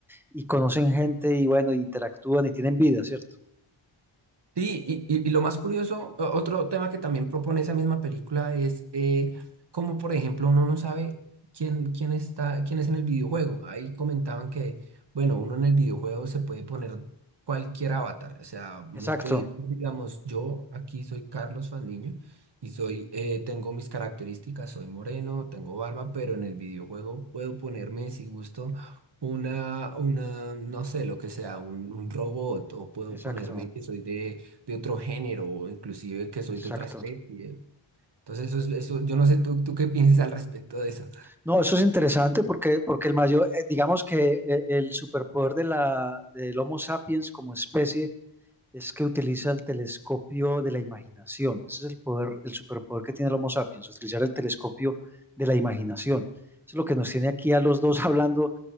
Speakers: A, in the centre; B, on the right.
A: y conocen gente y bueno, interactúan y tienen vida, ¿cierto?
B: Sí, y, y- y lo más curioso, o- otro tema que también propone esa misma película es eh, cómo, por ejemplo, uno no sabe quién, quién está, quién es en el videojuego. Ahí comentaban que, bueno, uno en el videojuego se puede poner cualquier avatar. O sea, uno
A: Exacto,
B: puede, digamos, yo aquí soy Carlos Fandiño y soy, eh, tengo mis características, soy moreno, tengo barba, pero en el videojuego puedo ponerme, si gusto, una, una, no sé, lo que sea, un, un robot, o puedo
A: exacto,
B: ponerme que soy de de otro género o inclusive que soy
A: exacto.
B: de otra Pues, especie. Entonces, eso es, eso, yo no sé tú, tú qué piensas al respecto de eso.
A: No, eso es interesante porque, porque el mayor, eh, digamos que eh, el superpoder de la, del Homo sapiens como especie es que utiliza el telescopio de la imaginación. Ese es el poder, el superpoder que tiene el Homo sapiens, utilizar el telescopio de la imaginación. Eso es lo que nos tiene aquí a los dos <laughs> hablando